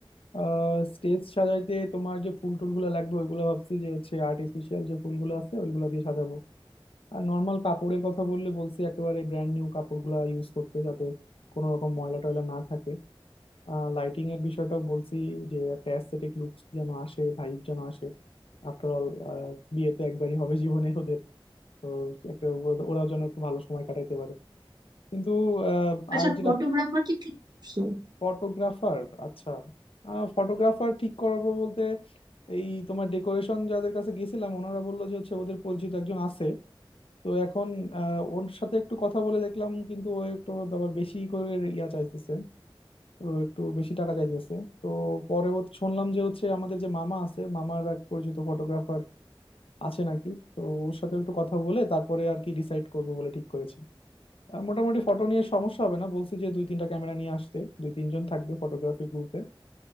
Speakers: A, on the left; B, on the right.
A: আহ স্টেজ সাজাইতে তোমার যে ফুল টুলগুলো লাগবে ওইগুলো ভাবছি যে হচ্ছে আর্টিফিশিয়াল যে ফুলগুলো আছে ওইগুলো দিয়ে সাজাবো আর নর্মাল কাপড়ের কথা বললে বলছি একেবারে ব্র্যান্ড নিউ কাপড়গুলা ইউজ করতে যাতে কোনো রকম ময়লা টয়লা না থাকে আহ লাইটিং এর বিষয়টাও বলছি যে একটা অ্যাস্থেটিক লুকস যেন আসে ভাইব যেন আসে আফটার অল বিয়ে তো একবারই হবে জীবনে ওদের তো একটা ও- ওরাও যেন একটু ভালো সময় কাটাইতে পারে কিন্তু আহ,
B: আচ্ছা
A: আর যেটা
B: ফটোগ্রাফার কি ঠিক করছো
A: ফটোগ্রাফার আচ্ছা ফটোগ্রাফার ঠিক করবো বলতে এই তোমার ডেকোরেশন যাদের কাছে গেছিলাম ওনারা বললো যে হচ্ছে ওদের পরিচিত একজন আছে তো এখন আহ, ওর সাথে একটু কথা বলে দেখলাম কিন্তু ও একটু আবার বেশি করে ইয়া চাইতেছে ও একটু বেশি টাকা চাইতেছে তো পরবর্তী শুনলাম যে হচ্ছে আমাদের যে মামা আছে মামার এক পরিচিত ফটোগ্রাফার আছে নাকি তো ওর সাথে একটু কথা বলে তারপরে আর কি ডিসাইড করবো বলে ঠিক করেছি আহ, মোটামুটি ফটো নিয়ে সমস্যা হবে না বলছি যে দুই তিনটা ক্যামেরা নিয়ে আসতে দুই তিনজন থাকবে ফটোগ্রাফি গ্রুপে